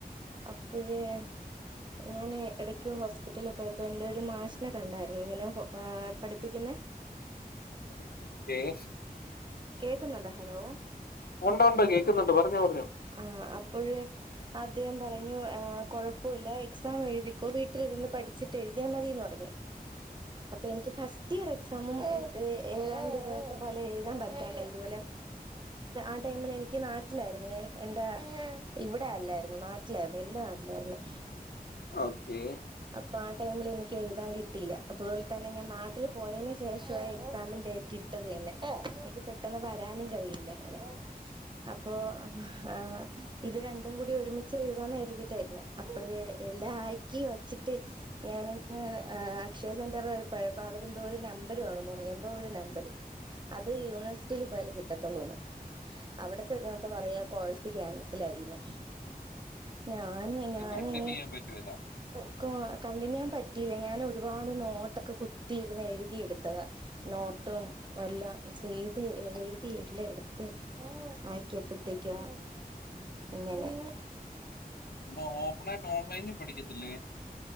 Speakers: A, on the right (about 30°); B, on the left (about 80°).
A: അപ്പോഴേ ഞാൻ എടയ്ക്ക് ഹോസ്പിറ്റലിൽ പോയപ്പോ എന്റെറെ ഒരു മാഷിനെ കണ്ടായിരുന്നു. ഇങ്ങനെ ആ പഠിപ്പിക്കുന്നെ
B: <unintelligible>
A: കേക്കുന്നുണ്ടോ ഹലോ?
B: ഉണ്ടൊണ്ട് കേൾക്കുന്നുണ്ട് പറഞ്ഞോ പറഞ്ഞോ.
A: ആ അപ്പോഴേ അദ്ദേഹം പറഞ്ഞു കൊഴപ്പോല്ല എക്സാം എഴുതിക്കോ വീട്ടിലിരുന്ന് പഠിച്ചിട്ട് എഴുതിയാൽ മതിന്ന് പറഞ്ഞു. അപ്പൊ എനിക്ക് ഫാസ്റ്റ് റ്റിയർ എക്സാമും ഏതാണ്ട് ഇതൊക്കെ പോലെ എഴുതാൻ പറ്റാണ്ടായി. ഇതുപോലെ ആ ടൈമില് എനിക്ക് നാട്ടിലായിരുന്നു. ഞാൻ എന്റെ ഇവിടെയല്ലായിരുന്നു. നാട്ടിലായിരുന്നു. എൻ്റെ നാട്ടിലായിരുന്നു.
B: ഓക്കേ
A: അപ്പൊ ആ ടൈമിൽ എനിക്ക് എുതാൻ കിട്ടില്ല അതുപോലെ തന്നെ ഞാൻ നാട്ടിൽ പോയന് ശേഷ എക് സാമി ഡൈറ്റ് ഇട്ടതിന്എനിക് പെട്ടെന്ന് വാ വരാനും കഴില്ല അങ്ങനെ അപ്പോ ആ ഇത് രണ്ടും കൂടി ഒരുമിച്ച് എഴുതാന്ന് കരുതിയിട്ടായിരുന്നു. അപ്പഴേ എല്ലാം ആക്കി വച്ചി ട്ട് ഞാനൊന്ന് അക്ഷയ സെന്ററിൽ പോയപ്പോ അവര് എന്തോ ഒരു നമ്പര് വേണോന്ന് പറ ഞ്ഞു എന്തോ ഒരു നമ്പര്. അത് യൂണിവേഴ്സിറ്റിയിൽ പോയാലേ കിട്ടത്തുള്ളൂന്ന്. അവിടെ ചെന്നപ്പോ പറയാ കോഴ്സ് ക്യാൻസൽ ആയിന്. ഞാന് ഞാൻനി
B: കണ്ടിന്യൂ ചെയ്യാൻ പറ്റുമല്ല
A: ഇ കണ്ടിനുചൊയൻ പറ്റിയില്ല ഞാൻ ഒരുപാട് നോട്ടൊക്കെ കുത്തിയിരുന്ന് എഴുതി എടുത്തത. നോട്ടും എല്ലാം ചെയ്ത് എഴുതി എല്ലാം എടുത്ത്. അയക്കിയപ്പോഴത്തേക്കു. ഇങ്ങനെ
B: ഇപ്പൊ ഓപ്പൺ ആയിട്ട് ഓൺലൈനിൽ പഠിക്കത്തില്ലേ.